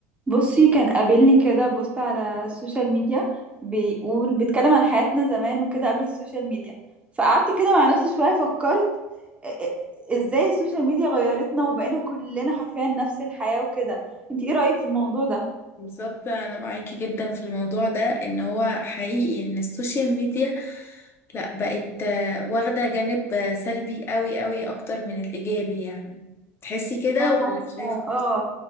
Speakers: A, on the right; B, on the left.
A: بصي كان قابلني كده بوست على السوشيال ميديا بيقول بيتكلم عن حياتنا زمان وكده قبل السوشيال ميديا فقعدت كده مع نفسي شوية فكرت إ- إ- ازاي السوشيال ميديا غيرتنا وبقينا كلنا حرفيا نفس الحياة وكده انت ايه رأيك في الموضوع ده
B: بالظبط انا معاكي جدا في الموضوع ده ان هو حقيقي ان السوشيال ميديا لا بقت آه، واخده جانب آه، سلبي قوي قوي اكتر من الايجابي يعني تحسي كده
A: اه
B: ولا
A: حاسة
B: شايفه
A: اه